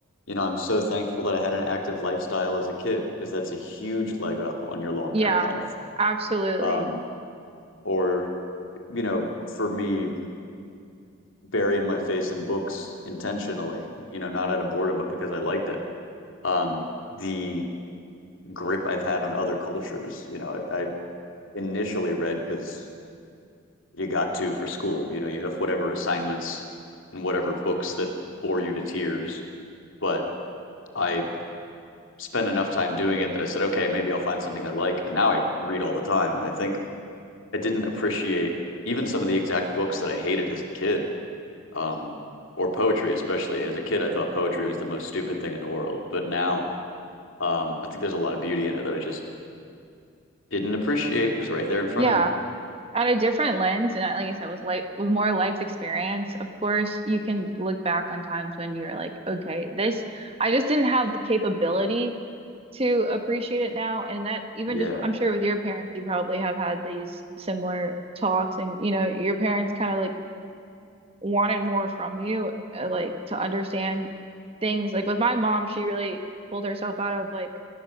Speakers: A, on the left (about 75°); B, on the right (about 30°).
A: you know, I'm so thankful that I had an active lifestyle as a kid because that's a huge leg up on your long-term
B: Yeah.
A: health.
B: Absolutely.
A: Um, or, you know, for me, burying my face in books intentionally, you know, not out of boredom, but because I liked it. Um, the grip I've had on other cultures. You know, I I initially read because you got to for school. You know, you have whatever assignments and whatever books that bore you to tears. But I spent enough time doing it that I said, okay, maybe I'll find something I like. And now I read all the time. And I think I didn't appreciate even some of the exact books that I hated as a kid, um, or poetry, especially. As a kid, I thought poetry was the most stupid thing in the world. But now um, I think there's a lot of beauty in it that I just didn't appreciate was right there in front
B: Yeah.
A: of me.
B: at a different lens and I- like I said with life with more life experience of course you can look back on times when you're like okay this I just didn't have the capability to appreciate it now and that even
A: Yeah.
B: just I'm sure with your parents you probably have had these similar talks and you know your parents kind of like wanted more from you uh, like to understand things like with my mom she really pulled herself out of like